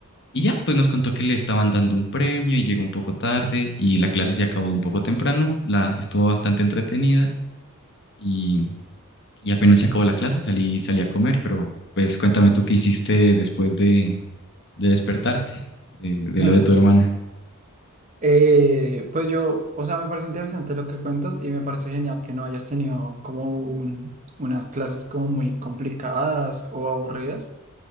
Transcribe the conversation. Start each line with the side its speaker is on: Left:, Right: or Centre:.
Left: y ya, pues nos contó que le estaban dando un premio y llegó un poco tarde y la clase se acabó un poco temprano, la estuvo bastante entretenida y, y apenas se acabó la clase, salí, salí a comer, pero pues cuéntame tú qué hiciste después de, de despertarte, de de
Right: <laughs>
Left: lo de tu hermana.
Right: Eh, pues yo, o sea, me parece interesante lo que cuentas y me parece genial que no hayas tenido como un- unas clases como muy complicadas o aburridas.